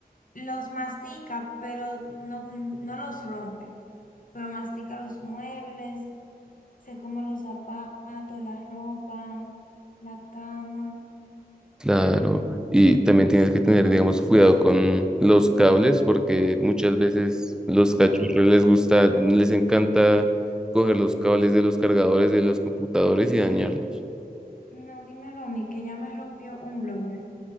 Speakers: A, on the left; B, in the centre.
A: los mastica, pero no, no los rompe, pero mastica los muebles, se come los zapatos, la ropa, la cama.
B: Claro, y también tienes que tener, digamos, cuidado con los cables, porque muchas veces los cachorros
A: Ah,
B: les gusta, les encanta coger los cables de los cargadores de los computadores y dañarlos.
A: no, dímelo a mí, que ya me rompió un blower,